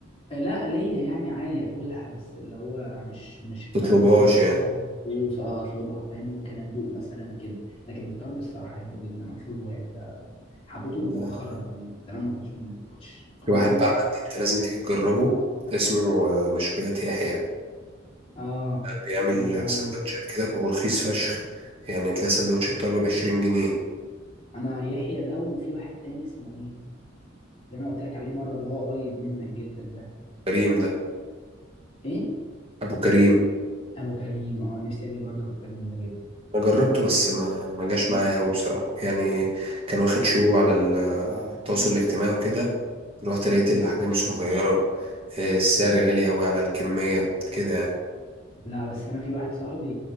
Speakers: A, on the left; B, on the right.
A: آه، لا ليا يعني عادي اكلها بس اللي هو مش مش اللي
B: تطلبهاش
A: هو مثلا
B: يعني
A: فلوس اه اطلبها فاهم ممكن ادوق مثلا كده لكن الطرب الصراحه احبه جدا اطلبه يعني ده حبيته
B: ده
A: مؤخرا يعني زمان ما كنتش ما كنتش ما كنتش
B: في واحد
A: بدوقه
B: بقى عندي
A: حتى
B: انت
A: فاهم؟
B: لازم تيجي تجربه اسمه آه، مشويات يحيى
A: اه
B: بيعمل
A: سمعت
B: آه،
A: عنه
B: سندوتشات كده ورخيص فشخ يعني تلاقي سندوتش الطرب ب 20 جنيه
A: انا يحيى ده وفي واحد تاني اسمه ايه اللي انا قلت لك عليه مره اللي هو قريب منك جدا ده
B: كريم ده
A: ايه
B: ابو كريم
A: ابو كريم اه نفسي اجي برضه ابو كريم ده جدا
B: انا جربته بس ما ما جاش معايا قوي بصراحه يعني كان واخد شو على ال- آه، التواصل الاجتماعي وكده رحت لقيت الاحجام صغيره آه، السعر غالي قوي على الكميه كده يعني
A: لا بس انا في واحد صاحبي